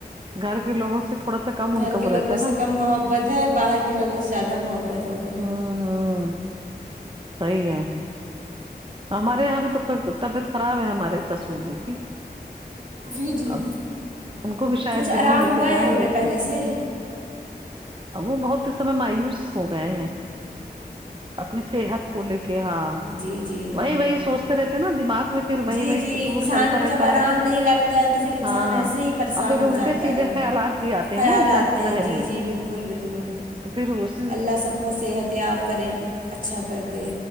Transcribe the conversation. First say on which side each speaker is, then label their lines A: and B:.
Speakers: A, on the right (about 30°); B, on the right (about 55°).
A: گھر کے لوگوں سے تھوڑا سا کم
B: گھر
A: ان کا
B: کے
A: وہ
B: لوگوں
A: رہتا ہے نا
B: سے کم محبت ہے باہر کے لوگوں سے زیادہ محبت ہے انہیں
A: ہوں ہوں صحیح ہے ہمارے یہاں بھی تو طبیعت خراب ہے ہمارے ساسور جی کی
B: جی جی
A: اب ان کو بھی شاید
B: کچھ آرام
A: دلی لے
B: ہوا
A: کے
B: ہے
A: جائیں
B: انہیں
A: گے
B: پہلے سے
A: وہ بہت اس سمے مایوس ہو گئے ہیں اپنی صحت کو لے کے ہاں
B: جی جی
A: وہی وہی سوچتے رہتے ہیں نا دماغ میں پھر وہی
B: جی
A: وہی
B: جی
A: فتور
B: انسان
A: چلتا
B: کو جب
A: رہتا
B: آرام
A: ہے
B: نہیں لگتا ہے تو پھر انسان
A: ہاں
B: ایسے ہی پریشان
A: اور پھر
B: ہو
A: الٹے
B: جاتا
A: سیدھے
B: ہے
A: خیالات بھی آتے
B: خیال
A: ہیں نا انسان
B: اتے
A: کے ذہن
B: ہیں جی
A: میں
B: جی بالکل بالکل
A: تو پھر اس
B: اللہ سب کو صحت یاب کرے اچھا کر دے